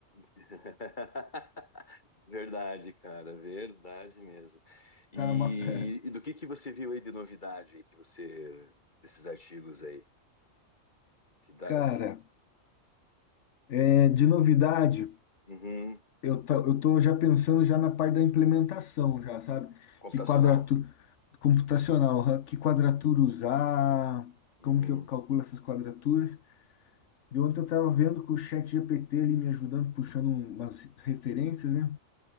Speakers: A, on the left; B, on the left.
A: <laughs> Verdade, cara, verdade mesmo. E,
B: Cara, uma- <laughs>
A: e do que que você viu aí de novidade aí que você desses artigos aí que dá
B: cara,
A: que
B: é, de novidade,
A: Uhum,
B: eu, tô- eu tô já pensando já na parte da implementação já, sabe?
A: computacional.
B: Que quadratura computacional, hã? que quadratura usar,
A: Uhum.
B: como que eu calculo
A: Deixa
B: essas quadraturas. De ontem eu tava vendo com o chat GPT ali me ajudando, puxando umas referências, né?